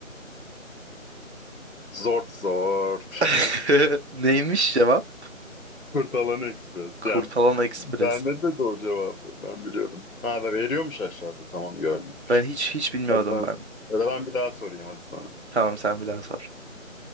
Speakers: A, on the left; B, on the right.
A: Zort zort.
B: <laughs> Neymiş cevap?
A: <laughs> Kurtalan Ekspres.
B: Kurtalan
A: Yani
B: Ekspres.
A: vermedi de o cevabı. Ben biliyordum. Ha da veriyormuş aşağıda. Tamam gördüm.
B: Ben hiç hiç bilmiyordum
A: Hadi ben,
B: ben.
A: ya da ben bir daha sorayım hadi sana.
B: Tamam sen bir daha sor.